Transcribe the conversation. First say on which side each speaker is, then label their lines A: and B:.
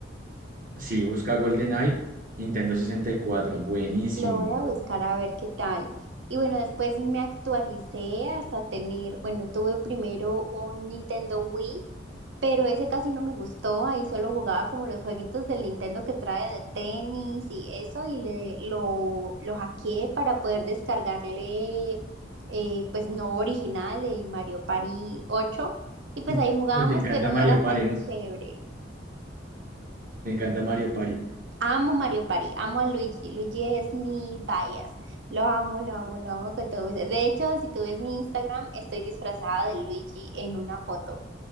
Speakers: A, on the right; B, on the right.
A: sí, busca GoldenEye, Nintendo 64, buenísimo.
B: Lo voy a buscar a ver qué tal. Y bueno, después me actualicé hasta tener, bueno, tuve primero un Nintendo Wii, pero ese casi no me gustó. Ahí solo jugaba como los jueguitos del Nintendo que trae de tenis y eso, y le, lo, lo hackeé para poder descargarle, eh, pues no original, el Mario Party ocho Y pues
A: <laughs>
B: ahí jugábamos,
A: Pero Te encanta
B: pero no
A: Mario
B: era
A: Party,
B: tan
A: ¿no?
B: chévere.
A: Te encanta Mario Party.
B: Amo Mario Party, amo a Luigi. Luigi es mi bias. Lo amo, lo amo, lo amo con todo mi ser. De hecho, si tú ves mi Instagram, estoy disfrazada de Luigi en una foto.